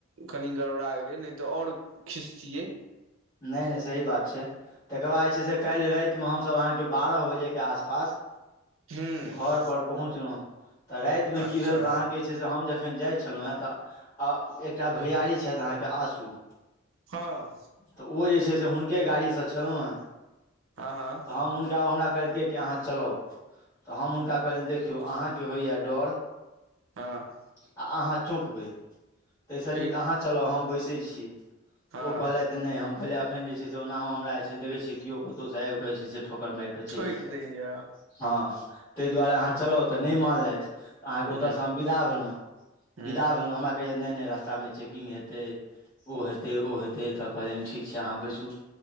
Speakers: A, on the right; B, on the left.
A: कनि गड़बड़ा गेलै, नहि तऽ आओर खिसतियै।
B: नहि नहि सही बात छै। तकर बाद जे छै से काल्हि रातिमे हमसभ अहाँके बारह बजेके आसपास।
A: हूं
B: घर पर पहुँचलहुँ तऽ रातिमे
A: अच्छा
B: की भेल तऽ अहाँके छै। से हम जखन जाइ छलहुँ हँ तऽ एकटा भैआरी छथि, अहाँके आँसू।
A: हँ
B: तऽ ओ जे छै से हुनके गाड़ीसँ छलहुँ ने,
A: हँ हँ
B: तऽ हम हुनका, ओ हमरा। कि अहाँ चलाउ तऽ हम हुनका कहलिअनि, देखियौ अहाँके होइए डर।
A: हँ
B: आ अहाँ चौकबै, ताहिसँ
A: ठीक
B: नीक अहाँ चलऽ, हम बैसै छी,
A: हँ
B: तऽ ओ कहलथि। नहि, हम कहलियै, एखन जे छै से ओनाहो हमरा जे छै देखऽ छी केओ कतहु सँ आबि कऽ जे छै से ठोकर मारि। तऽ चलि
A: ठोकि
B: जाइय
A: दैय
B: हँ ताहि दुआरे अहाँ चलाउ तऽ नहि मानलथि, तऽ अहाँके ओतऽसँ
A: हूं
B: हम विदा भेलहुँ,
A: हूं
B: विदा भेलहुँ हमरा। कहै छै, नहि नहि, रस्तामे चेकिंग हेतै, ओ हेतै, ओ हेतै, तऽ कहलनि, ठीक छै, अहाँ बैसू।